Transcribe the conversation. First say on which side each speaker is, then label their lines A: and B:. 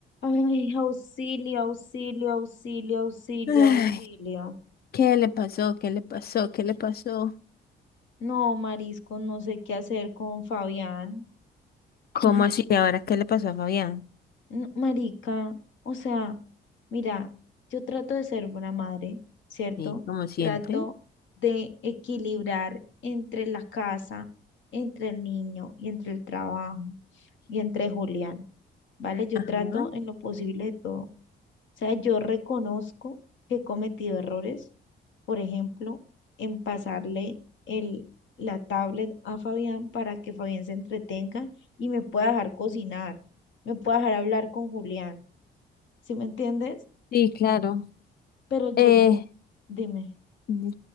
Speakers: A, on the left; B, on the left.
A: Ay, auxilio, auxilio, auxilio, auxilio,
B: Ay,
A: auxilio.
B: ¿qué le pasó? ¿Qué le pasó? ¿Qué le pasó?
A: No, marisco, no sé qué hacer con Fabián.
B: ¿Cómo
A: Ay,
B: así? ¿Y ahora qué le pasó a Fabián?
A: no, marica, o sea, mira, yo trato de ser buena madre, ¿cierto?
B: Sí, como siempre.
A: Trato de equilibrar entre la casa, entre el niño y entre el trabajo y entre Julián. ¿vale? Yo
B: Ajá.
A: trato en lo posible de todo. O sea, yo reconozco que he cometido errores, por ejemplo, en pasarle el, la tablet a Fabián para que Fabián se entretenga y me pueda dejar cocinar, me pueda dejar hablar con Julián, ¿sí me entiendes?
B: Sí, claro.
A: Pero llega
B: Eh,
A: un, dime,
B: mm,